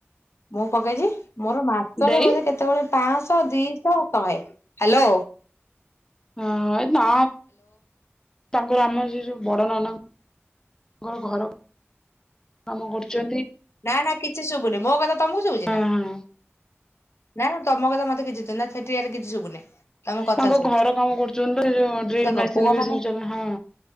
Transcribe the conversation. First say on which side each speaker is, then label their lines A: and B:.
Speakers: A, on the left; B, on the left.
A: ମୁଁ ପକେଇଚି ମୋରୋ ମାସରେ
B: ଦେଇ
A: ବୋଧେ କେତୋବେଳେ ପାଁଶହ ଦିଶହ ଶହେ ହାଲୋ
B: ହଁ ନା ତାଙ୍କ୍‌ ସେ ଆମର ଯୋଉ ବଡ଼ ନନାଙ୍କର ଘର କାମ କରୁଛନ୍ତି।
A: ନା ନା କିଛି ଶୁଭୁନି ମୋ କଥା ତମକୁ ଶୁଭୁଛି
B: ହଁ
A: ନା
B: ହଁ
A: ନା ତମ କଥା ମତେ କିଛି <unintelligible> କିଛି ଶୁଭୁନି। ତମ କଥା
B: ତାଙ୍କ
A: ଶୁଭୁଛି।
B: ଘର କାମ କରୁଛନ୍ତି ତ ଡ୍ରିଲ୍
A: ଦେଖ
B: ମେସିନ
A: ପୁଅ
B: ଫେଶିନ
A: ମାନେ
B: ହଁ।